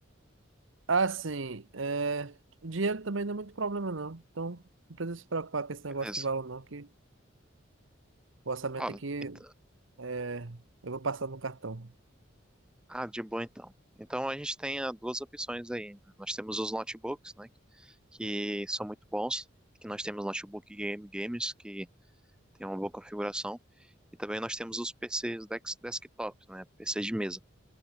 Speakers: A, on the right; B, in the centre.
A: Assim, é, dinheiro também não é muito problema, não. Então, não precisa se preocupar com esse negócio
B: Beleza.
A: de valor, não, que o orçamento
B: Ó,
A: aqui
B: então-
A: é, eu vou passar no cartão.
B: Ah, de boa então. Então a gente tem ah, duas opções aí. né? Nós temos os notebooks, né? Que são muito bons. Que nós temos notebook game games que tem uma boa configuração. E também nós temos os PCs dex- desktops, né? PCs de mesa.